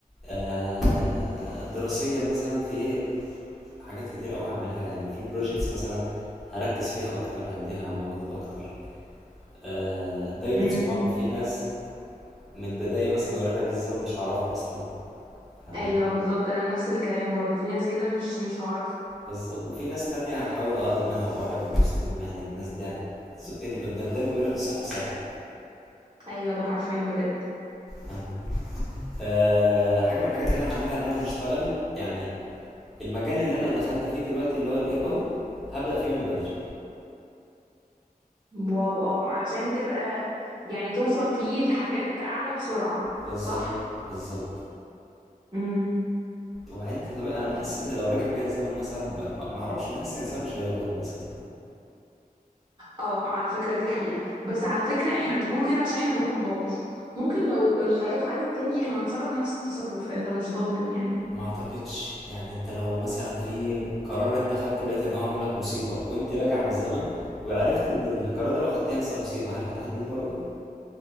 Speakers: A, in the centre; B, on the right (about 30°).
A: آه دراسيا مثلا في ايه حاجات كتير قوي هعملها يعني في بروجيكتس مثلا هركز فيها اكتر هديها مجهود اكتر آه دايره
B: امم
A: صحابي في ناس من البدايه مثلا لو راجع بيا الزمن مش هعرفها اصلا فاهماني
B: ايوه بالظبط انا نفس الكلام برضو في ناس كده مش مش هعرف
A: بالظبط وفي ناس تانية هحاول اقرب منها وابقى واحد من وسطهم يعني الناس دي هتزقني لقدام دايما بيقول لك الصاحب ساحب
B: ايوه ده حرفيا بجد
A: فاهماني أه حاجه من الحاجات اللي انا هعملها ان انا هشتغل يعني المجال اللي انا دخلت فيه دلوقتي اللي هو الاي اي هبدا فيه من بدري
B: واو اه علشان تبقى يعني توصل فيه لحاجات اعلى بسرعة
A: بالظبط
B: صح
A: بالظبط
B: امم
A: وبعدين انت طبيعي انا بحس ان لو رجع بيا الزمن مثلا ب- ما ما اعرفش بحس ان الانسان مش هيغلط مثلا
B: اه على فكرة دي حقيقة بس على فكرة احنا بنقول كده عشان احنا بره الموقف ممكن لو الحياة اتعادت تاني احنا نتصرف نفس التصرف انت مش ضامن يعني
A: ما اعتقدش يعني انت لو مثلا في قرار انت خدته لقيت ان هو عمل لك مصيبة وانت راجع بالزمن وعرفت ان القرار ده لو خدته هيحصل مصيبة هل هتاخديه برضه